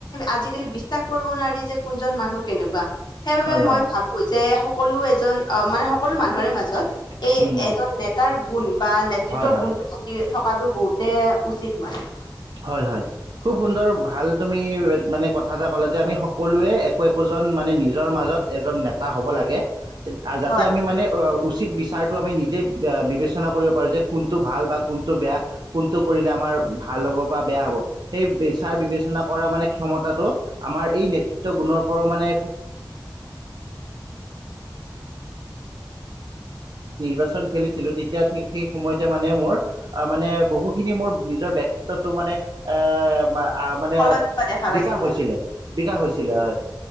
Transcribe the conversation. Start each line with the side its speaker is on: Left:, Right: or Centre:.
Left: আজিকালি বিশ্বাস কৰিব নোৱাৰি যে কোনজন মানুহ কেনেকুৱা সেইবাবে
Right: হয়
Left: মই
Right: হয়
Left: ভাবো যে সকলো এজন অ মানে সকলো মানুহৰে মাজত এই
Right: উম উম
Left: এজন নেতাৰ গুণ বা নেতৃত্বৰ
Right: হয় হয়
Left: গুণটো থাকি থকাতটো বহুতে উচিত মানে
Right: হয় হয় খুব সুন্দৰ ভাল তুমি মানে কথা এটা ক'লে যে আমি সকলোৱে একো একোজন মানে নিজৰ মাজত এজন নেতা হ'ব লাগে যাতে
Left: হয়
Right: আমি মানে অ উচিত বিচাৰটো আমি নিজেই বিবেচনা কৰিব পাৰোঁ যে কোনটো ভাল বা কোনটো বেয়া কোনটো কৰিলে আমাৰ মাৰ ভাল হ'ব বা বেয়া হ'ব সেই বিচাৰ বিবেচনা কৰা মানে ক্ষমতাটো আমাৰ এই নেতৃত্ব গুণৰ পৰাও মানে <unintelligible> খেলিছিলো তেতিয়া সেই সময় মানে মোৰ মানে বহু খিনি মোৰ নিজৰ ক্ষেত্ৰতো মানে এ মানে
Left: ফলত
Right: আ
Left: কিবা দেখা পাইছিলা
Right: বিকাশ হৈছিলে বিকাশ হৈছিলে হয়